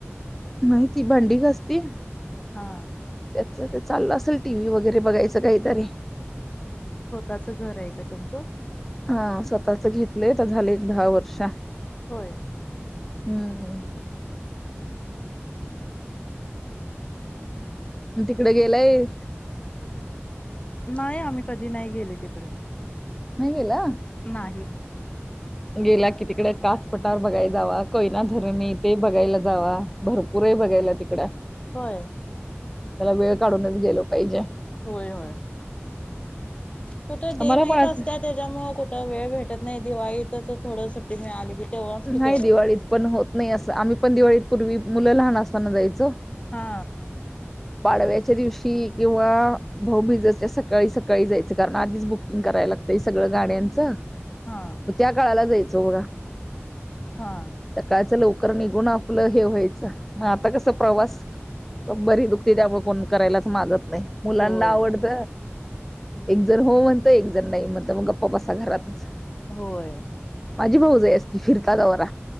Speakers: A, in the centre; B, on the left (about 25°).
A: नाही ती भांडी घसते.
B: हा
A: चाललं असेल टीव्ही वगैरे बघायचं काहीतरी
B: स्वतःच घर आहे का तुमचं?
A: हा स्वतःच घेतलंय. आता झालं एक दहा वर्ष
B: होय
A: हम्म हम तो तिकडे गेलाय.
B: नाही. आम्ही कधी नाही गेले तिकडे.
A: नाही गेला
B: नाही.
A: गेला कि तिकडे कासपठार बघायला जावा. कोयना धरण ते बघायला जावा. भरपूर बघायला तिकडे
B: होय
A: त्याला वेळ काढूनच गेलो पाहिजे.
B: होय होय कुठं डे
A: मला
B: नाईट
A: पण असं
B: असत्या. त्याच्यामुळे कुठं वेळ भेटत नाही. दिवाळीतच थोडं सुट्टी मिळाली की तेव्हाच कि
A: नाही.
B: तेवढं
A: दिवाळीत पण होत नाही. असं आम्ही पण दिवाळीत पूर्वी मुलं लहान असताना जायचो.
B: हा
A: पाडव्याच्या दिवशी किंवा भाऊबीजेच्या सकाळी सकाळी जायचं. कारण आधीच बुकिंग करा कराय लागतय सगळं गाड्यांचं
B: हा
A: म त्या काळाला जायचो बघा
B: हा
A: सकाळच लवकर निघून आपलं हे व्हायचं. मग आता कस प्रवास कंबरही दुखते त्यामुळे करायलाच मागत नाही, मुलांना
B: होय
A: आवडत, एक जण हो म्हणत एक जण नाही म्हणत. मग गप्पसा घरातच,
B: होय
A: माझी भाऊ जाई असती फिर.. वरा